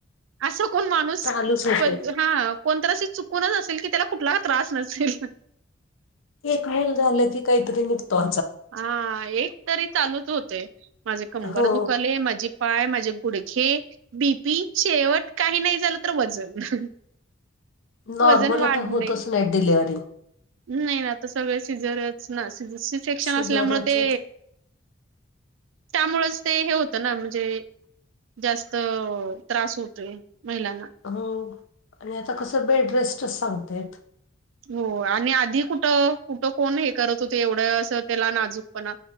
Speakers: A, on the right; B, on the left.
A: असं कोण माणूस
B: चालूच होते
A: को हा. कोणतर असे चुकूनच असेल की त्याला कुठला त्रास नसेल.
B: एक हाईल झालं की काहीतरी दुखता
A: आ एक तरी चालूचं होतंय माझी कंबर
B: हो
A: दुखाले, माझी पाय, माझे गुडघे, बीपी शेवट काही नाही झालं तर वजन
B: नॉर्मल
A: वजन वाढणे.
B: आता होतच नाही डिलिव्हरी.
A: नाही ना आता सगळं सिझरच ना सिर सेक्शन
B: सिझरच
A: असल्यामुळे ते त्यामुळेच ते हे होतं ना म्हणजे जास्त त्रास होतोय महिलांना.
B: हो आणि आता कसं बेड रेस्टच सांगत्यात.
A: हो आणि आधी कुठं कुठ कोण हे करत होते एवढं असं त्याला नाजूक पणा